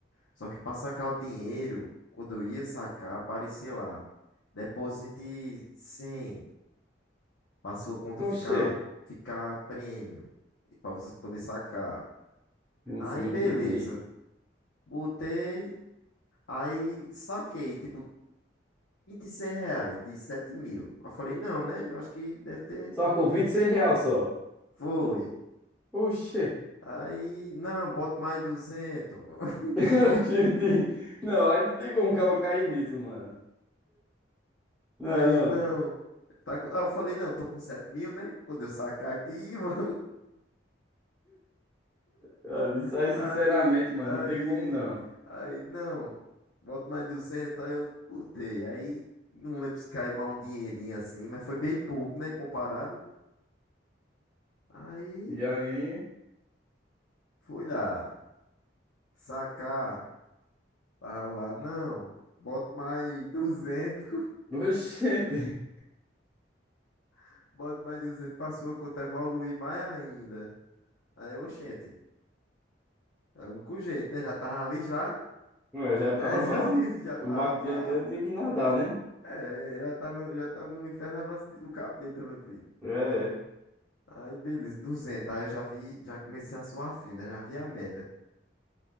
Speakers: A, on the left; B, in the centre.
A: Só que para sacar o dinheiro, quando eu ia sacar, aparecia lá, deposite 100 para sua conta ficar
B: Oxê.
A: ficar prêmio, para você poder sacar. Aí
B: Sim,
A: beleza,
B: entendi.
A: botei, aí saquei, tipo, 26 reais de 7 mil. Eu falei, não, né? Eu acho que deve ter.
B: Só com 26 real só.
A: Foi.
B: Oxê.
A: Aí, não, bota mais duzentos <laughs>
B: <laughs> Ti- ti- Não, aí não tem como o cara cair nisso, mano. Não,
A: Aí,
B: não.
A: não. Tá, com- Aí eu falei, não, tô com 7 mil, né? Quando eu sacar aqui, <laughs> vou
B: Cara, Isso aí,
A: Aí,
B: sinceramente, mano,
A: aí,
B: não tem como não.
A: aí, não, bota mais duzentos aí eu botei. Aí, não lembro se caiu mais um dinheirinho assim, mas foi bem pouco, né, comparado. Aí,
B: E aí,
A: fui lá, sacar, tava lá, não, bota mais duzentos
B: <laughs> oxente,
A: <laughs> bota mais duzentos pra sua conta evoluir mais ainda. Aí, eu, oxente, é o único jeito, né, já tava ali já,
B: eu já
A: é,
B: tava
A: <laughs> já,
B: lá,
A: já tava
B: o barco
A: lá,
B: já até tinha que nadar, né?
A: é, já tá no, já tá no inferno abraço do capeta, meu filho
B: É.
A: Aí, beleza, 200. Aí eu já vi, já comecei a suar frio, né? Já vi a média.